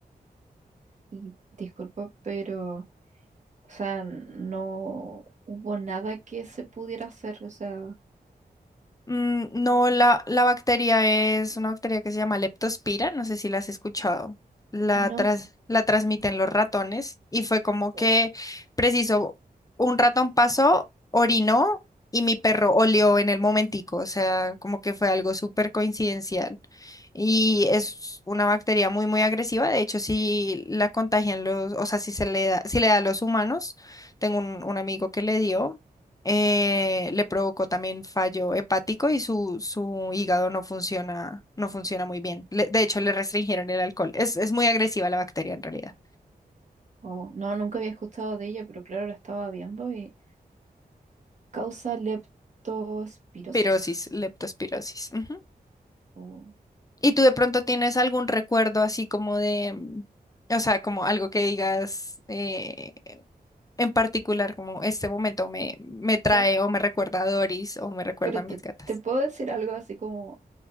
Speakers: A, on the right; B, on the left.
A: Y disculpa, pero, o sea, no hubo nada que se pudiera hacer. O sea,
B: Mm, no, la, la bacteria es una bacteria que se llama Leptospira, no sé si la has escuchado. La,
A: No,
B: tras- la transmiten los ratones y fue como que,
A: oh,
B: preciso, un ratón pasó, orinó y mi perro olió en el momentico, o sea, como que fue algo súper coincidencial. Y es una bacteria muy, muy agresiva, de hecho, si la contagian los, o sea, si se le da, si le da a los humanos, tengo un un amigo que le dio. eh, le provocó también fallo hepático y su, su hígado no funciona, no funciona muy bien. Le- de hecho, le restringieron el alcohol. Es, es muy agresiva la bacteria en realidad.
A: oh, no, nunca había escuchado de ella, pero claro, la estaba viendo y causa leptospirosis.
B: Pirosis, leptospirosis. ujú.
A: Oh, o-
B: ¿Y tú de pronto tienes algún recuerdo así como de, mm, o sea, como algo que digas eh, en particular, como este momento me, me trae
A: ¿sabes?
B: o me recuerda a Doris o me recuerda
A: Pero
B: a
A: te,
B: mis gatas?
A: te puedo decir algo así como,